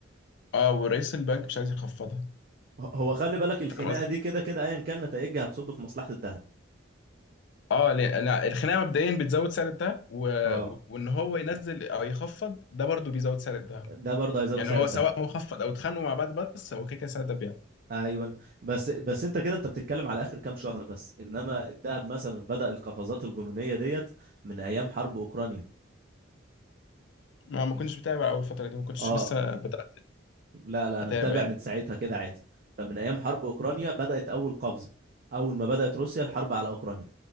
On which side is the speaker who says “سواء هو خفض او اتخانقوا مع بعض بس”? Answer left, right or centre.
Left